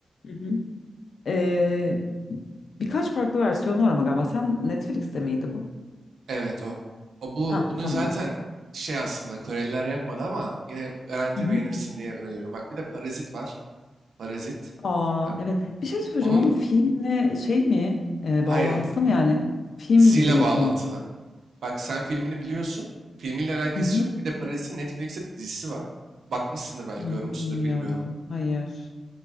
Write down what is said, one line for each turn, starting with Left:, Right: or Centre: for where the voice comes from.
Left: Hı hı. Ee, birkaç farklı versiyonu var ama galiba. Sen Netflix'te miydi bu?
Right: Evet o. O bu
Left: Ha
Right: bunu
Left: tamam.
Right: zaten şey aslında Koreliler yapmadı ama yine garanti
Left: Hı hı.
Right: beğenirsin diye öneriyorum. Bak bir de Parazit var. Parazit.
Left: Aa
Right: E,
Left: evet. Bir şey söyleyeceğim.
Right: Onun
Left: Onun filmle şey mi? e,
Right: hayır
Left: bağlantılı mı yani? Film
Right: diziyle
Left: gibi mi
Right: bağlantılı.
Left: konu?
Right: Bak sen filmini biliyorsun. Filmiyle alakası
Left: Hı hı.
Right: yok. Bir de Parazit'in Netflix'te dizisi var. Bakmışsındır belki
Left: Onu
Right: görmüşsündür
Left: bilmiyorum.
Right: bilmiyorum.
Left: Hayır.